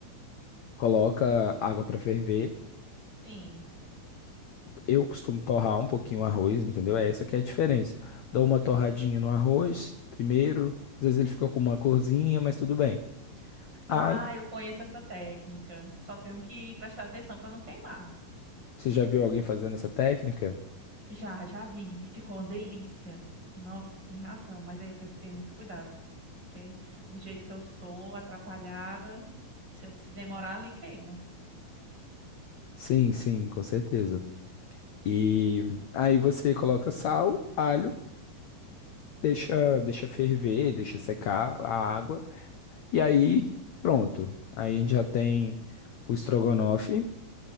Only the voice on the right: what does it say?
Sim.
Ah,
eu conheço essa técnica. Só tenho que prestar atenção para não queimar.
Já, já vi. E ficou uma delícia. Nossa, tem razão, mas aí eu tenho que ter muito cuidado, porque do jeito que eu sou, atrapalhada, se eu se demorar ali, queima.